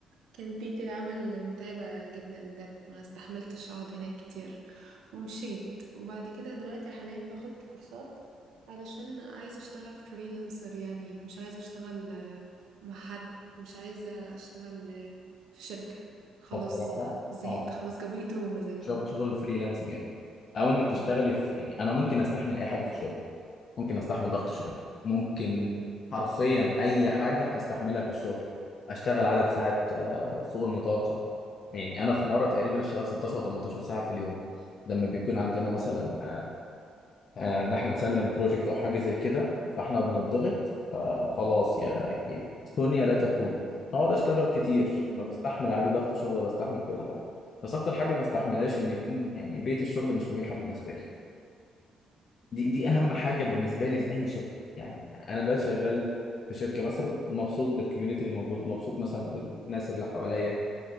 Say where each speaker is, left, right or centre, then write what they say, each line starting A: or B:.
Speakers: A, on the right; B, on the left.
A: كانت بيئة العمل متعبة جدا بجد ما استحملتش أقعد هناك كتير ومشيت وبعد كده دلوقتي حاليا باخد كورسات علشان عايزة أشتغل فريلانسر يعني مش عايزة أشتغل آه، مع حد مش عايزة أشتغل آه، في شركة خلاص
B: آه، بصراحه
A: ما زهقت
B: اه
A: خلاص جابولي تروما زي ما
B: شغل
A: بيقولوا
B: شغل الفريلانس جامد او انك
A: مم.
B: تشتغلي في يعني انا ممكن استحمل اي حاجه
A: مم.
B: في الشغل ممكن استحمل ضغط شغل ممكن
A: مم.
B: حرفيا اي حاجه استحملها في الشغل اشتغل عدد ساعات آه، فوق المتوقع يعني انا في مره تقريبا اشتغلت 16 او 18 ساعه في اليوم لما بيكون عندنا مثلا آه، آه، ان احنا نسلم بروجكت او حاجه زي كده فاحنا بنضغط فخلاص يا يا تكون يا لا تكون اقعد اشتغل كتير
A: مم.
B: فبستحمل عادي ضغط شغل وبستحمل كل حاجه بس اكتر حاجه ما استحملهاش ان
A: مم.
B: يكون يعني بيئه الشغل مش مريحه بالنسبه لي دي دي
A: مم.
B: اهم حاجه بالنسبه لي في اي شغل يعني انا لا شغال في شركه مثلا مبسوط بالكوميونتي اللي موجود مبسوط مثلا بالناس اللي حواليا